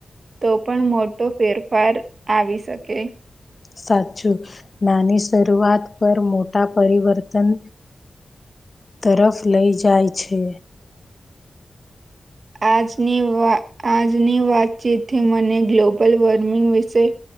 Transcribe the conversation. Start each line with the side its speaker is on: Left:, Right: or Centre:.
Right: તો પણ મોટો ફેરફાર આવી શકે.
Left: સાચું નાની શરૂઆત પર મોટા પરિવર્તન તરફ લઈ જાય છે.
Right: આજની વા આજની વાતચીતથી મને ગ્લોબલ વોર્મિંગ વિશે